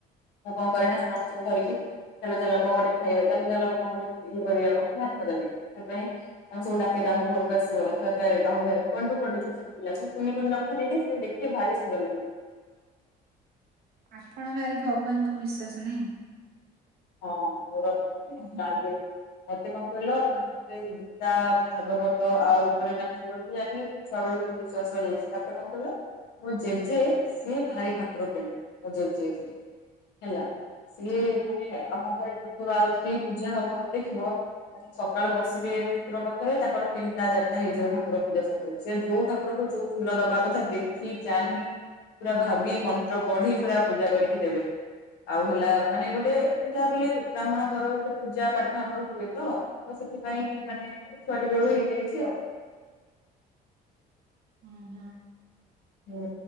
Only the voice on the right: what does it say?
ଆପଣ ଭାରି ଭଗବାନଙ୍କୁ ବିଶ୍ଵାସ ନାହିଁ।
ହଁ ହଁ।